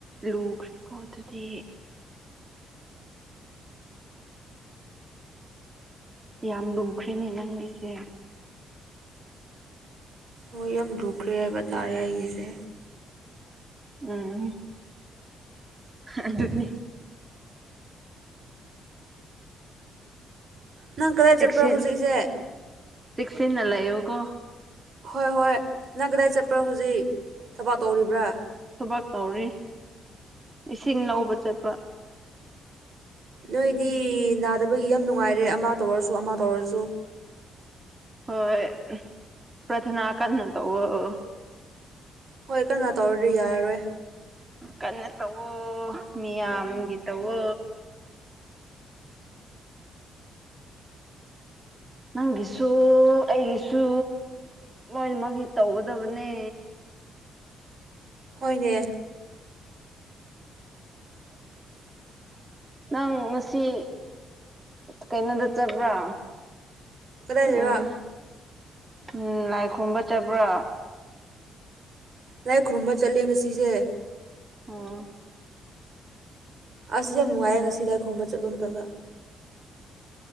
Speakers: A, on the right (about 20°); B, on the right (about 55°).
A: ꯂꯨꯈ꯭ꯔꯦꯀꯣ ꯑꯗꯨꯗꯤ ꯌꯥꯝ ꯂꯨꯈ꯭ꯔꯦꯅꯦ ꯅꯪꯒꯤꯁꯦ
B: ꯍꯣꯏ ꯌꯥꯝ ꯂꯨꯈ꯭ꯔꯦ ꯍꯥꯏꯕ ꯇꯥꯔꯦ ꯑꯩꯒꯤꯁꯦ
A: ꯎꯝ
B: ꯍꯥ
A: ꯑꯗꯨꯅꯤ
B: ꯍꯨꯝꯝ ꯅꯪ ꯀꯗꯥꯏ
A: ꯆꯦꯛꯁꯤꯟ
B: ꯆꯠꯄ꯭ꯔ ꯍꯧꯖꯤꯛꯁꯦ
A: ꯆꯦꯛꯁꯤꯟꯅ ꯂꯩꯌꯣꯀꯣ
B: ꯍꯣꯏ ꯍꯣꯏ ꯅꯪ ꯀꯗꯥꯏ ꯆꯠꯄ꯭ꯔ ꯍꯧꯖꯤꯛ ꯊꯕꯛ ꯇꯧꯔꯤꯕ꯭ꯔꯥ
A: ꯊꯕꯛ ꯇꯧꯔꯤ ꯏꯁꯤꯡ ꯂꯧꯕ ꯆꯠꯄ
B: ꯅꯣꯏꯗꯤ ꯅꯥꯗꯕꯒꯤ ꯌꯥꯝ ꯅꯨꯡꯉꯥꯏꯔꯦ ꯑꯃ ꯇꯧꯔꯁꯨ ꯑꯃ ꯇꯧꯔꯁꯨ
A: ꯍꯣꯏ ꯄꯔ꯭ ꯊꯅꯥ ꯀꯟꯅ ꯇꯧꯑꯣ꯫
B: ꯍꯣꯏ ꯀꯟꯅꯥ ꯇꯧꯗꯔꯗꯤ ꯌꯥꯔꯔꯣꯏ
A: ꯀꯟꯅ ꯇꯋꯣ ꯃꯤꯌꯥꯝꯒꯤ ꯇꯋꯣ ꯅꯪꯒꯤꯁꯨ ꯑꯩꯒꯤꯁꯨ ꯂꯣꯏꯅꯃꯛꯒꯤ ꯇꯧꯒꯗꯕꯅꯦ
B: ꯍꯣꯏꯅꯦ <unintelligible>
A: ꯅꯪ ꯉꯁꯤ ꯀꯩꯅꯣꯗ ꯆꯠꯄ꯭ꯔꯥ
B: ꯀꯗꯥꯏꯗꯔꯣ
A: ꯎꯝ ꯎꯝ ꯂꯥꯏ ꯈꯨꯔꯨꯝꯕ ꯆꯠꯄ꯭ꯔꯥ
B: ꯂꯥꯏ ꯈꯨꯔꯨꯝꯕ ꯆꯠꯂꯦ ꯉꯁꯤꯁꯦ
A: ꯑꯣ
B: ꯑꯁ ꯌꯥꯝ ꯅꯨꯡꯉꯥꯏꯔꯦ ꯉꯁꯤ ꯂꯥꯏ ꯈꯨꯔꯨꯝꯕ ꯆꯠꯄ ꯃꯇꯝꯗ